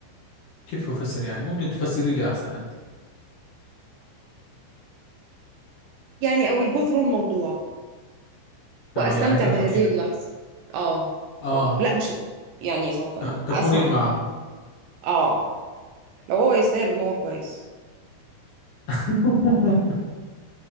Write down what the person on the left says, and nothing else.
كيف أفسر يعني ممكن تفسري لي أحسن أنت
تمام
يعني تتركين
آه
ت... تكونين
معه
<laughs>